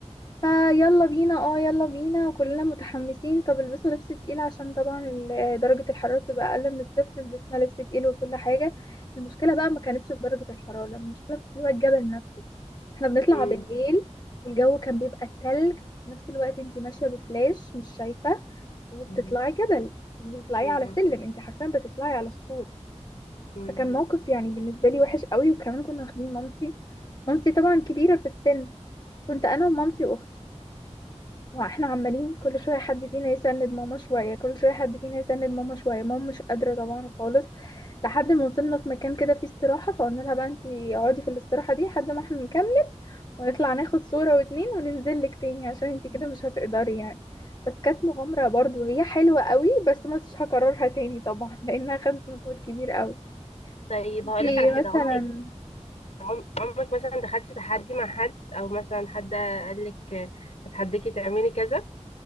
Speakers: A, on the left (about 35°); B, on the left (about 65°).
A: فيلا بينا اه يلا بينا وكلنا متحمسين طب البسوا لبس تقيل عشان طبعا ال- آه، درجة الحرارة تبقى أقل من الصفر لبسنا لبس تقيل وكل حاجة المشكلة بقى ما كانتش في درجة الحرارة المشكلة في طلوع الجبل نفسه احنا بنطلع
B: مم.
A: بالليل والجو كان بيبقى تلج في نفس الوقت انتي ماشية بفلاش مش شايفة وبتطلعي
B: مم.
A: جبل مش بتطلعي
B: مم.
A: على سلم انتي حرفيا بتطلعي على صخور
B: مم.
A: فكان موقف يعني بالنسبة لي وحش قوي وكمان كنا واخدين مامتي مامتي طبعا كبيرة في السن كنت أنا ومامتي وأختي ما احنا عمالين كل شوية حد فينا يسند ماما شوية كل شوية حد فينا يسند ماما شوية ماما مش قادرة طبعا خالص لحد ما وصلنا في مكان كده فيه استراحة فقلنا لها بقى انتي اقعدي في الاستراحة دي لحد ما احنا نكمل ونطلع ناخد صورة واتنين وننزل لك تاني عشان انتي كده مش هتقدري يعني بس كانت مغامرة برضو هي حلوة قوي بس ما كنتش هكررها تاني طبعا <laughs> لانها خدت مجهود كبير قوي
B: طيب
A: انتي
B: هقولك على حاجه
A: مثلا
B: عمرك عم- عمرك مثلا دخلتي تحدي مع حد او مثلا حد قالك هتحديكي تعملي كذا